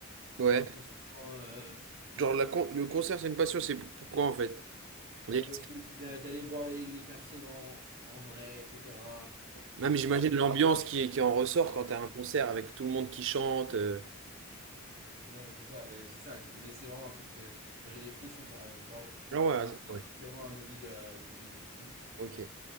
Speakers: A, on the right; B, on the right.
A: ouais.
B: Genre, je veux souvent... euh,
A: Genre, la con- le concert, c'est une passion, c'est pourquoi en fait?
B: bah,
A: On dirait
B: parce
A: que-
B: que d'a- d'aller voir les, les personnes en, en vrai, etc.
A: Même j'imagine
B: Et parfois,
A: l'ambiance qui, qui en ressort quand t'as un concert avec tout le monde qui chante. euh.
B: Non, mais c'est ça, mais c'est ça. Mais c'est vraiment un truc que genre, j'ai des frissons, tu vois, rien que d'y parler.
A: Ah ouais,
B: Mais
A: ça-
B: c'est un-
A: ouais.
B: c'est vraiment un hobby de- euh, que j'ai de fou.
A: Ok.